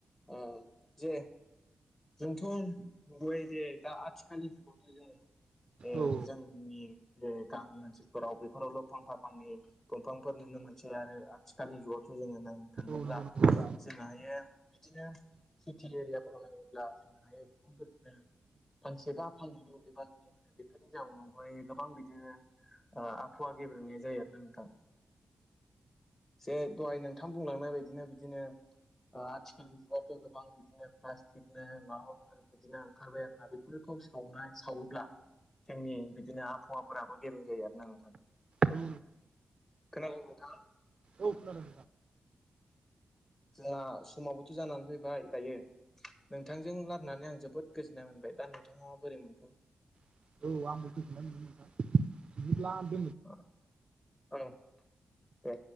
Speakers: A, on the left; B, on the right.
A: अ जे जोंथ' नुबाय दे दा आथिखालनि जुगावथ' जों ए
B: औ
A: जोंनि गामि ओनसोलफोराव बेफोरावल' फांफा फांनै दंफांफोर नुनो मोनसै आरो आथिखालनि जुगावथ' जोङो नायनो थाङोब्ला
B: औ नंगौ नंगौ
A: जों हायो बिदिनो सिटि एरियाफोराव नायोबा ब्ला जोंङोहायो बिफांफोरखौनो फांसेबा फानैल' एबा नुनो मोनो बेफोरनि जाउनावाय गोबां बिदिनो आबहावा गेब्रेंनाय जायो आरोना नोंथां जे दहाय नोंथां बुंलांनाय बायदिनो बिदिनो आथिखालनि जुगावथ' गोबां बिदिनो प्लासटिक बिदिनो माबाफोर बिदिनो ओंखारबाय आरोना बेफोरखौ सावनाय सावोब्ला जोंनि बिदिनो आबहावाफोराबो गब्रें जायो आरो ना नोंथां
B: औ
A: खोनादों नोंथाङा
B: औ खोनादों
A: जोंहा समाबोथ' जानानै फैबाय दायो नोंथांजों रालारायनानै आं जोबोद गोजोन्नाय मोनबाय दा नोंथांङा बोरै मोनखो?
B: <unintelligible> <unintelligible> बिदिब्ला। <unintelligible>
A: ओ औ दे।